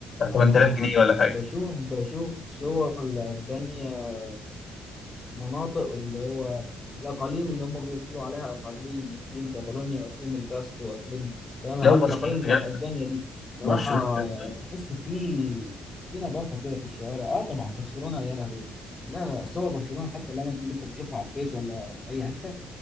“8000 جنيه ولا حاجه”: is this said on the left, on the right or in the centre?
Left